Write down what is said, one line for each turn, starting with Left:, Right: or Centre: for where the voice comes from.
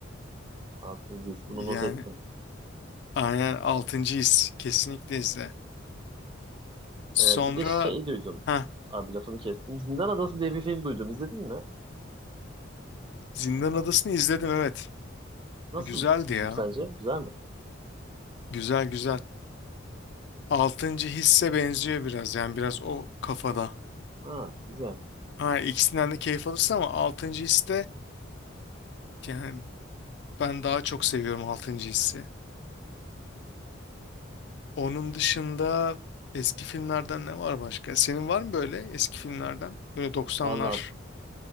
Right: Altıncı his.
Left: Yani
Right: Bunu not ettim.
Left: aynen altıncı his kesinlikle izle. Sonra
Right: Ee, bir de şey duydum.
Left: ha
Right: Abi lafını kestim. Zindan Adası diye bir film duydum. İzledin mi?
Left: Zindan Adası'nı izledim evet.
Right: Nasıl
Left: Güzeldi
Right: bir
Left: ya.
Right: film sence? Güzel mi?
Left: Güzel güzel. altıncı hisse benziyor biraz yani biraz o kafada.
Right: Ha, güzel.
Left: Ha ikisinden de keyif alırsın ama altıncı his yani ben daha çok seviyorum altıncı hissi. Onun dışında eski filmlerden ne var başka? Senin var mı böyle eski filmlerden? Böyle 90'lar
Right: Valla